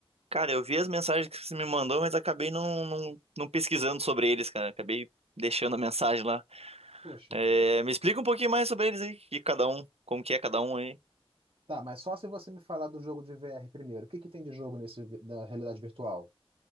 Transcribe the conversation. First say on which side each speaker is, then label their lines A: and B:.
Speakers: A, on the right; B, on the right.
A: Cara, eu vi as mensagens que você me mandou, mas acabei não, não, não pesquisando sobre eles, cara. Acabei deixando a mensagem lá.
B: Poxa
A: É,
B: vida.
A: me explica um pouquinho mais sobre eles aí, que cada um, como que é cada um aí.
B: Tá, mas só se você me falar do jogo de VR primeiro. O que que tem de jogo nesse da realidade virtual?